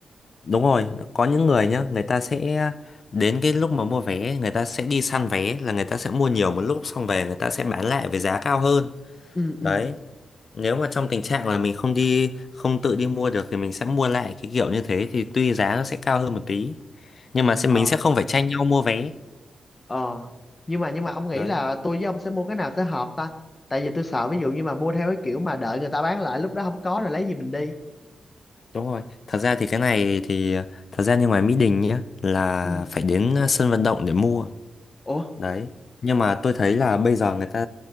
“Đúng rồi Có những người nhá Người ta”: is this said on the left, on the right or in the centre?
Left